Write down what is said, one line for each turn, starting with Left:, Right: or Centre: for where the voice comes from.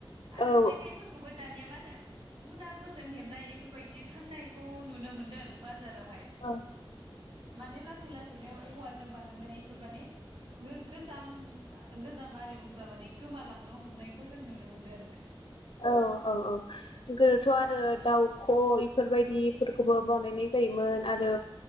Right: आरो
Left: औ
Right: जेखायफोरखौबो दानिया मा होनो गुनाफोरजों हेबनाय एफोरबायदि फाननाय बेखौ नुनो मोनदों बाजारावहाय।
Left: औ
Right: माने लासै लासैनो औवाजों बानायनाय इफोर माने गो-गोजाम गोजाम आरिमुफोरा माने गोमालांनो हमनायखौ जों नुनो मोनदों आरो।
Left: औ औ औ। गोदोथ' आरो दाउख' इफोरबायदि इफोरखौबो बनायनाय जायोमोन आरो